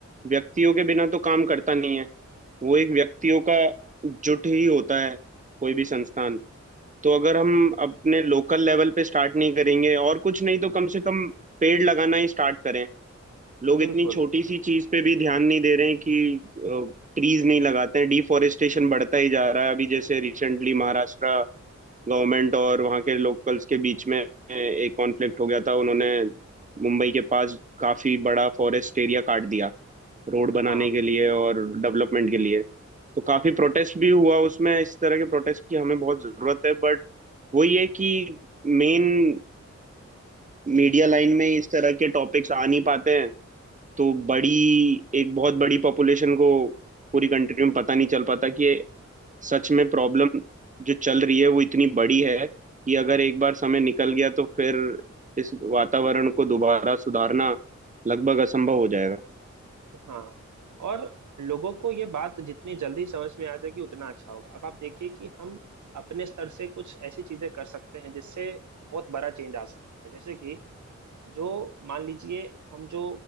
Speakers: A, on the right; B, on the right.
A: व्यक्तियों के बिना तो काम करता नहीं है वो एक व्यक्तियों का जुट ही होता है कोई भी संस्थान तो अगर हम अपने लोकल लेवल पे स्टार्ट नहीं करेंगे और कुछ नहीं तो कम से कम पेड़ लगाना ही स्टार्ट करें लोग
B: बिल्कुल
A: इतनी छोटी सी चीज पे भी ध्यान नहीं दे रहे हैं कि ट्रीज नहीं लगाते हैं डिफॉरेस्टेशन बढ़ता ही जा रहा है अभी जैसे रिसेंटली महाराष्ट्र गवर्नमेंट और वहाँ के लोकल्स के बीच में एक कॉन्फ्लिक्ट हो गया था उन्होंने मुंबई के पास काफी बड़ा फॉरेस्ट एरिया काट दिया रोड बनाने
B: हाँ
A: के लिए और डेवलपमेंट के लिए तो काफी
B: हम्म
A: प्रोटेस्ट भी हुआ उसमें इस तरह के प्रोटेस्ट की हमें बहुत जरूरत है बट वही है कि मेन मीडिया लाइन में इस तरह के टॉपिक्स आ नहीं पाते हैं तो
B: हम्म,
A: बड़ी एक बहुत बड़ी पॉपुलेशन को पूरी कंट्री में पता नहीं चल पाता कि ये सच में प्रॉब्लम जो चल रही है वो इतनी बड़ी है कि अगर एक बार समय निकल गया तो फिर इस वातावरण को दोबारा सुधारना लगभग असंभव हो जाएगा
B: हाँ और लोगों को ये बात जितनी जल्दी समझ में आ जाएगी उतना अच्छा होगा अब आप देखिए कि हम अपने स्तर से कुछ ऐसी चीजें कर सकते हैं जिससे बहुत बड़ा चेंज आ सकता है जैसे कि जो मान लीजिए हम जो